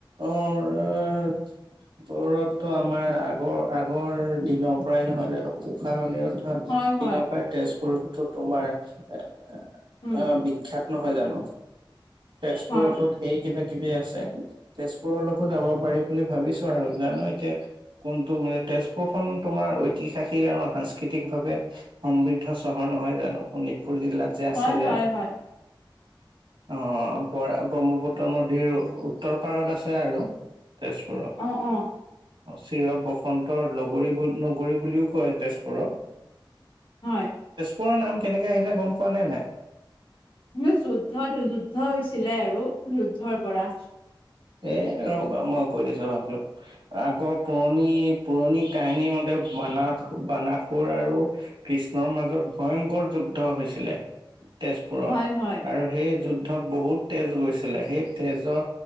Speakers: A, on the right (about 70°); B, on the left (about 80°).
A: অৱ <unintelligible> দৰতটো আমাৰ আগৰ আগৰ দিনৰ পৰাই নহয় জানো উশাহ অনিৰুদ্ধ
B: হয় হয়
A: দিনৰ পৰা তেজপুৰতত তোমাৰ, এ
B: উম
A: বিখ্যাত নহয় জানো তেজপুৰতো
B: হয়
A: ধেই কিবা কিবি আছে তেজপুৰৰত যাব পাৰি বুলি ভাবিছো আৰু জানো এতিয়া কোনটো মানে তেজপুৰ খন তোমাৰ ঐতিহাসিক আৰু সাংস্কৃতিক ভাৱে সমৃদ্ধ চহৰ নহয় জানো শুনিত। পুৰ জিলাত যে আছে
B: হয়
A: যে
B: হয় হয়
A: অৱ ব্ৰহ্মপুত্ৰ নদীৰ উত্তৰ পাৰত আছে আৰু তেজপুৰৰ
B: অ অ
A: চিৰ বসন্তৰ লগৰী নগৰী বুলিও কয় তেজপুৰক
B: হয়।
A: কৰ নাম কেনেকে আহিলে গম পোৱা নে নাই।
B: উ যুদ্ধত যুদ্ধ হৈছিলে আৰু যুদ্ধৰ পৰা।
A: এ ৰবা মই কৈ দিছো ভালকে আগৰ পুৰণি পুৰণি কাহিনী মতে বানাস বানাসুৰ আৰু কৃষ্ণৰ মাজত ভয়ংকৰ যুদ্ধ হৈছিলে। তেজপুৰত
B: হয় হয়
A: আৰু সেই যুদ্ধত বহুত তেজ গৈছিলে সেই তেজৰ